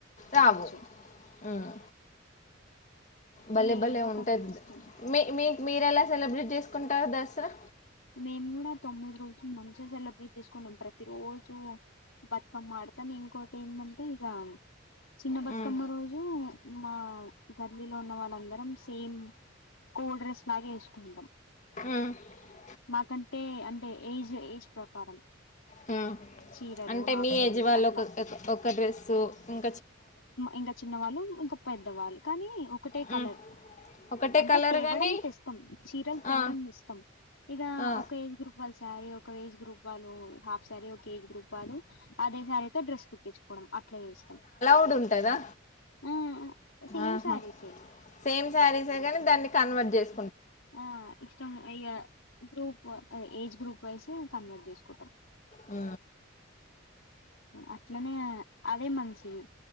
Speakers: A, on the left; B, on the left.
A: రావు
B: నచ్చు
A: మ్ భలే
B: ఇక
A: భలేె
B: ఏదో ఒకటి
A: ఉంటద్
B: చేస్తాం
A: మీ మీ మీరెలా సెలబ్రేట్ చేస్కుంటారు దసరా
B: మేం గుడా తొమ్మిది రోజులు మంచిగ సెలబ్రేట్ చేస్కుంటం. ప్రతి రోజూ బతుకమ్మ ఆ డతం ఇంకోటేందంటే ఇగా చిన్న బతుకమ్మ
A: హ్మ్.
B: రోజు మాగాల్లో ఉన్న వాళ్ళందరం సేమ్ కో డ్రెస్ లాగా ఏస్కుంటం.
A: అ
B: నాకంటే అంటే ఏజ్ ఏజ్ ప్రకారం
A: హ్మ్.
B: చీరలు,
A: అంటే
B: హాఫ్
A: మీ
B: సారీస్
A: ఏజ్ వాళ్ళు
B: అట్లా
A: ఒక ఒక డ్రెస్ మ్
B: ఇంక చిన్నవాళ్ళు, ఇంక పెద్దవాళ్ళు కనీ ఒకటే కలర్
A: హ్మ్. ఒకటే
B: అంటే
A: కలర్
B: తేవడం
A: గానీ
B: తెస్తం. చీరల్ తేవడం
A: ఆ!
B: తెస్తం ఇగ
A: ఆ!
B: ఒక ఏజ్ గ్రూప్ వా శారీ, ఒక ఏజ్ గ్రూప్ వాళ్ళు హాఫ్ సారీ, ఒక ఏజ్ గూప్ వాళ్ళు అదే సారీతో డ్రెస్ కుట్టిచ్ కోడం అట్ల చేస్తాం.
A: కుట్టుడుంటదా
B: ఆ సేమ్
A: ఆహా
B: శారీసే
A: సేమ్ సారీసే గని దాన్ని కుట్ కన్వర్ట్ జేస్
B: ఆ ఇష్టం ఇగా group age group wise convert చేస్కుంటం.
A: ఆ
B: అట్లనే అదే మంచిది